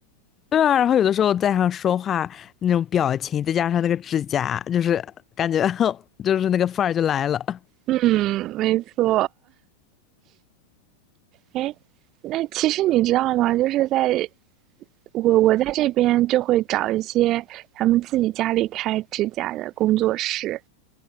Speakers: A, on the left (about 25°); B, on the right (about 35°).
A: 对啊，然后有的时候在上说话那种表情，再加上那个指甲，就是感觉 <laughs> 就是那个范儿就来了。
B: 嗯，没错。哎，那其实你知道吗？就是在我我在这边就会找一些他们自己家里开指甲的工作室，